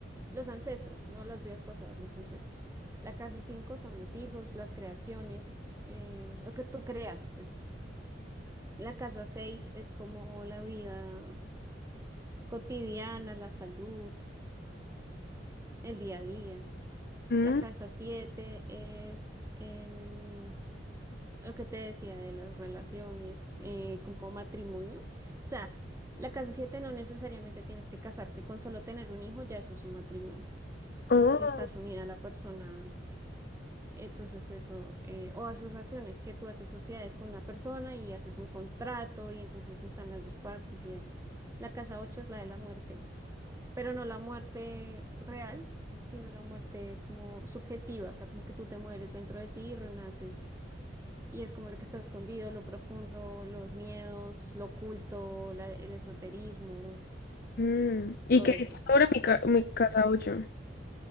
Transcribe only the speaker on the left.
Mm,
oh,
mm. ¿Y
qué
dice sobre mi, ca- mi casa 8?